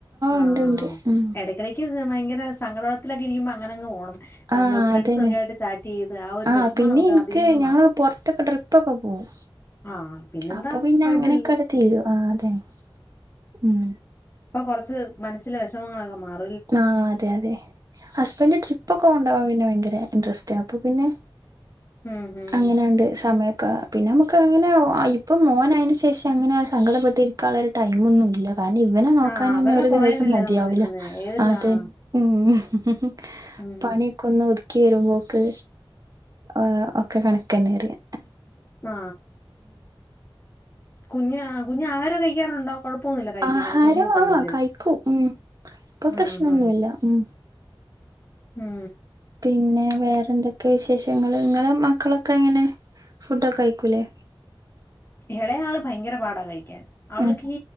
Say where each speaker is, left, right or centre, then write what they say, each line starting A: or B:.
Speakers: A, on the left (about 25°); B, on the right (about 40°).
A: ആഹ്
B: ഉണ്ട് ഉണ്ട് ഉം
A: എടക്കെടക്ക് ത് ഭയങ്കര സങ്കട <unintelligible> ത്തിലൊ ക്കെരിക്കുമ്പോ അങ്ങനങ് പോണം. ആ
B: ആഹ്
A: ന്തോ ഫ്രണ്ട്സൊക്കായിട്ട്
B: അതന്നെ
A: ചാറ്റെയ്ത് ആ ഒര്
B: ആഹ്
A: വെഷമം
B: പിന്നെ
A: നമുക്ക്
B: എനിക്ക്
A: അതിൽ നിന്ന്
B: ഞങ്ങള്
A: മാറും.
B: പുറത്തൊക്കെ ട്രിപ്പൊക്കെ പോവും
A: ആഹ് പിന്നെന്താ?
B: അപ്പൊ പിന്നെ
A: കൊഴപ്പല്ലല്ലോ.
B: അങ്ങനെയൊക്കെ അട് തീരും ആ അതെന്നെ ഉം
A: അപ്പോ കൊറച്ച് മനസ്സിലെ വിഷമങ്ങളൊക്കെ മാറും
B: ആ അതെ അതെ ഹസ്ബൻഡ് ട്രിപ്പ് ഒക്കെ ണ്ടവാ പിന്നെ ഭയങ്കര ഇൻട്രസ്റ്റ അപ്പൊ പിന്നെ
A: ഉം ഉം
B: അങ്ങനണ്ട് സമയ പിന്നെ ഞമ്മക് അങ്ങനെ ഇപ്പം മോനായിന്റെ ശേഷം അങ്ങനെ സങ്കടപ്പെട്ടിരിക്കാനുള്ള ടൈംമൊന്നുല്ല കാരണം ഇവനെ നോക്കാനെന്നെ
A: ആഹ് അവരുടെ
B: ഒരു
A: പൊറകിലല്ലേ
B: ദിവസം മതിയാവൂല
A: നമ്മള് നിക്കുന്നേ ഏത്
B: അതെ
A: ആഹ്
B: ഉം ഹ്
A: ഉം
B: പണിയൊക്കെ ഒന്നൊതുക്കി വരുമ്പോക്ക് ആ അ ക്കെ കണക്കെന്നെ റിയാ
A: ആ കുഞ് കുഞ്ഞ് ആഹാരൊക്കെ കഴിക്കാറുണ്ടോ കൊഴപ്പൊന്നുല്ല കഴിക്കുന്നതിന്
B: ആഹാരം
A: ബുദ്ധിമുട്ടൊന്നുല്ല
B: ആ കഴിക്കും ഉം ഇപ്പൊ
A: ആ
B: പ്രശ്നൊന്നുല്ല
A: ആ
B: ഉം
A: ഉം
B: പിന്നെ വേറെ ന്തൊക്കെ വിശേഷങ്ങള് ങ്ങളും മക്കളൊക്കെങ്ങനെ ഫുഡൊക്കെ കയിക്കൂലേ
A: എളയാള് ഭയങ്കര പാടാ കഴിക്കാൻ അവൾക്കീ
B: ഉം